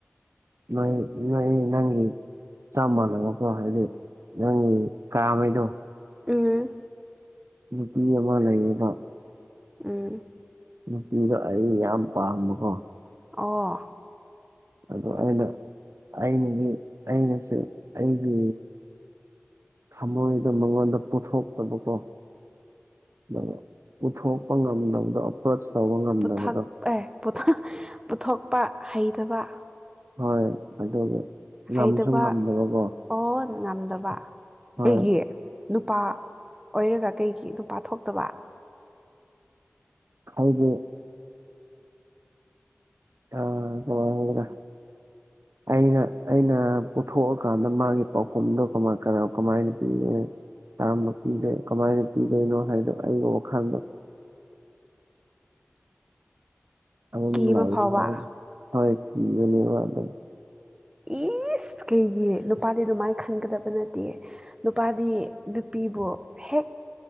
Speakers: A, on the right; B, on the right.
A: ꯅꯣꯏ ꯅꯣꯏ ꯅꯪꯒꯤ ꯆꯞ ꯃꯥꯟꯅꯕꯀꯣ ꯍꯥꯏꯗꯤ ꯅꯪꯒꯤ ꯀꯥꯝꯃꯩꯗꯣ
B: ꯎꯝ
A: ꯅꯨꯄꯤ ꯑꯃ ꯂꯩꯌꯦꯕ
B: ꯎꯝ
A: ꯅꯨꯄꯤꯗꯣ ꯑꯩ ꯌꯥꯝ ꯄꯥꯝꯕꯀꯣ
B: ꯑꯣ
A: ꯑꯗꯣ ꯑꯩꯅ ꯑꯩꯅꯗꯤ ꯑꯩꯅꯁꯨ ꯑꯩꯒꯤ ꯊꯃꯣꯏꯗ ꯃꯉꯣꯟꯗ ꯄꯨꯊꯣꯛꯇꯕꯀꯣ ꯑꯗꯣ ꯄꯨꯊꯣꯛꯄ ꯉꯝꯗꯕꯗꯣ ꯑꯦꯄ꯭ꯔꯣꯆ ꯇꯧꯕ ꯉꯝꯗꯕꯗꯣ
B: ꯄꯨꯊꯛ ꯑꯦ ꯄꯨꯊꯣꯛ ꯄꯨꯊꯣꯛꯄ ꯍꯩꯇꯕ
A: ꯍꯣꯏ ꯑꯗꯨꯒ ꯉꯝꯁꯨ
B: ꯍꯩꯇꯕ
A: ꯉꯝꯗꯕꯀꯣ
B: ꯑꯣ ꯉꯝꯗꯕ
A: ꯍꯣꯏ
B: ꯀꯩꯒꯤ ꯅꯨꯄꯥ ꯑꯣꯏꯔꯒ ꯀꯩꯒꯤ ꯅꯨꯄꯥ ꯊꯣꯛꯇꯕ
A: ꯍꯥꯏꯗꯤ ꯑꯥ ꯀꯃꯥꯏ ꯍꯥꯏꯁꯤꯔꯥ ꯑꯩꯅ ꯑꯩꯅ ꯄꯨꯊꯣꯛꯑꯥꯀꯥꯟꯗ ꯃꯥꯒꯤ ꯄꯥꯎꯈꯨꯝꯗꯣ ꯀꯃꯥꯏ ꯀꯅꯥ ꯀꯃꯥꯏ ꯄꯤꯒꯅꯤ ꯆꯥꯝꯕ ꯄꯤꯗꯦ ꯀꯃꯥꯏꯅ ꯄꯤꯗꯣꯏꯅꯣ ꯍꯥꯏꯗꯣ ꯑꯩꯒꯤ ꯋꯥꯈꯜꯗ ꯑꯃꯨꯛ ꯑꯃꯨꯛ
B: ꯀꯤꯕ
A: ꯅꯨꯡꯉꯥꯏꯔꯤꯁꯤꯒ
B: ꯐꯥꯎꯕ
A: ꯍꯥꯏꯔꯗꯤ ꯍꯣꯏ ꯄꯤꯒꯅꯨ <unintelligible>
B: ꯏꯁ ꯀꯩꯒꯤ ꯅꯨꯄꯥꯗꯤ ꯑꯗꯨꯃꯥꯏꯅ ꯈꯟꯒꯗꯕ ꯅꯠꯇꯤꯌꯦ ꯅꯨꯄꯥꯗꯤ ꯅꯨꯄꯤꯕꯨ ꯍꯦꯛ